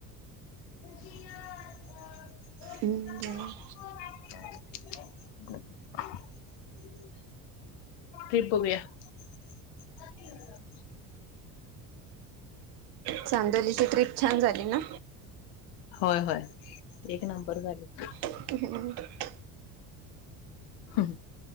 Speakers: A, on the left (about 60°); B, on the right (about 55°).
A: <unintelligible>
B: हम्म्म
A: <unintelligible> रिप बया <unintelligible>
B: चांदलीची ट्रीप छान झाली ना?
A: होय होय एक नंबर झाली.
B: त <inaudible>
A: हम्